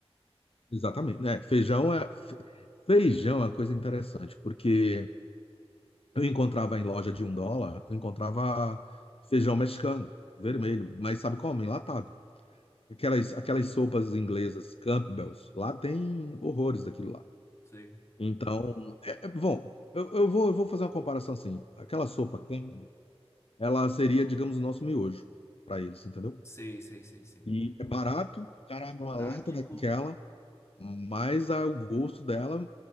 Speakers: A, on the left; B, on the left.
A: Exatamente, né? Feijão é fe- feijão é uma coisa interessante, porque eu encontrava em loja de um dólar, eu encontrava feijão mexicano, vermelho, mas sabe como? Enlatado. Aquelas, aquelas
B: Entendi.
A: sopas inglesas, Campbell's, lá tem horrores daquilo lá.
B: Sei.
A: Então, é, é- bom, eu, eu vou, eu vou fazer uma comparação assim. Aquela sopa Campbell, ela seria, digamos, o nosso miojo para eles, entendeu?
B: Sei, sei, sei, sei.
A: E é barato, o cara, abre uma
B: Prático.
A: lata daquela, mas ah, o gosto dela